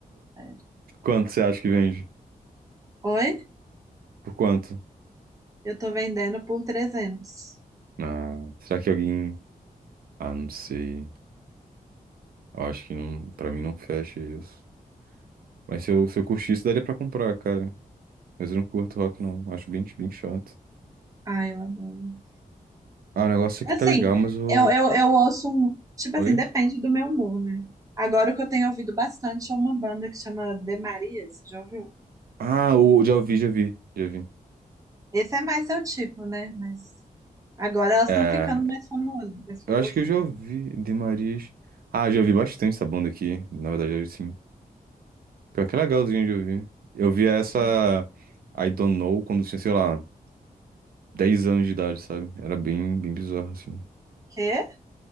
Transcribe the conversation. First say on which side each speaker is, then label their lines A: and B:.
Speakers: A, on the right; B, on the right.
A: Sério.
B: Quanto você acha que vende?
A: Oi?
B: Por quanto?
A: Eu tô vendendo por trezentos
B: Ah, será que alguém. Ah, não sei. Eu acho que não, pra mim não fecha isso. Mas se eu, se eu curtisse, daria pra comprar, cara. Mas eu não curto rock, não. Acho bem, bem chato.
A: Ai, eu adoro.
B: Ah, o negócio aqui
A: Assim,
B: tá legal, mas eu.
A: eu, eu, eu ouço um. Tipo
B: Oi?
A: assim, depende do meu humor, né? Agora o que eu tenho ouvido bastante é uma banda que chama The Marias, já ouviu?
B: Ah, o, já vi, já vi, já vi.
A: Esse é mais seu tipo, né? Mas agora elas
B: É,
A: estão ficando mais famosas, mais famosinhas.
B: Eu acho que eu já ouvi de Marias. Ah, já ouvi bastante essa banda aqui. Na verdade, eu sim. Pior que é legalzinho de ouvir. Eu via essa
A: Sim.
B: I Don't Know quando eu tinha, sei lá, 10 anos de idade, sabe? Era bem, bem bizarro, assim.
A: Quê?